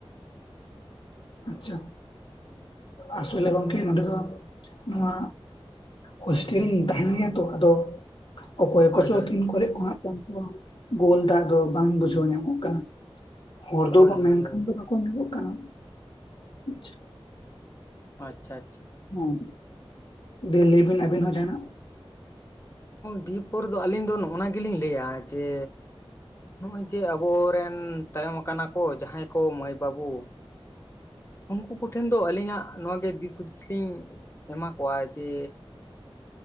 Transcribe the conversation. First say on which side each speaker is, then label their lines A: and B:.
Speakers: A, on the left; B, on the left.
A: ᱟᱪᱪᱷᱟ ᱟᱥᱚᱞᱮ ᱜᱚᱝᱠᱮ ᱱᱚᱰᱮ ᱫᱚ ᱱᱚᱣᱟ ᱦᱳᱥᱴᱮᱞ ᱞᱤᱧ ᱛᱟᱦᱮᱱ ᱜᱮᱭᱟ ᱛᱚ ᱟᱫᱚ, ᱚᱠᱚᱭ
B: ᱦᱳᱭ
A: ᱠᱚᱪᱚ
B: ᱦᱳᱭ
A: ᱛᱤᱱ ᱠᱚᱨᱮᱜ ᱠᱚ ᱦᱟᱸᱜ ᱠᱷᱟᱱ ᱜᱚ ᱜᱳᱞᱫᱟ ᱟᱫᱚ ᱵᱟᱝ ᱵᱩᱡᱷᱟᱹᱣ ᱧᱟᱢᱚᱜ ᱠᱟᱱᱟ, ᱦᱚᱲ ᱫᱚ
B: ᱦᱳᱭ ᱦᱳᱭ
A: <inaudible> ᱢᱮᱱᱠᱷᱟᱱ
B: ᱦᱳᱭ
A: ᱫᱚ <inaudible> ᱠᱚ ᱧᱮᱞᱚᱜ ᱠᱟᱱᱟ᱾ ᱟᱪᱪᱷᱟ᱾
B: ᱟᱪᱪᱷᱟ, ᱟᱪᱪᱷᱟ᱾
A: ᱦᱩᱸ, ᱫᱤᱭᱮ ᱞᱟᱹᱭ ᱵᱤᱱ ᱟᱹᱵᱤᱱ ᱦᱚᱸ ᱡᱟᱦᱱᱟᱜ᱾
B: ᱫᱤᱭ ᱯᱚᱨ ᱫᱚ ᱟᱹᱞᱤᱧ ᱫᱚ ᱱᱚᱜ-ᱱᱟ ᱜᱮᱞᱤᱧ ᱞᱟᱹᱭᱟ ᱡᱮ ᱱᱚᱜᱼᱚᱭ ᱡᱮ ᱟᱵᱚᱨᱮᱱ ᱛᱟᱭᱚᱢ ᱠᱟᱱᱟ ᱠᱚ ᱡᱟᱦᱟᱸᱭ ᱠᱚ ᱢᱟᱹᱭ ᱵᱟᱹᱵᱩ ᱩᱱᱠᱩ ᱠᱚᱴᱷᱮᱱ ᱫᱚ ᱟᱹᱞᱤᱧᱟᱜ ᱱᱚᱣᱟ ᱜᱮ ᱫᱤᱥ ᱦᱩᱫᱤᱥ ᱞᱤᱧ ᱮᱢᱟ ᱠᱚᱣᱟ ᱡᱮ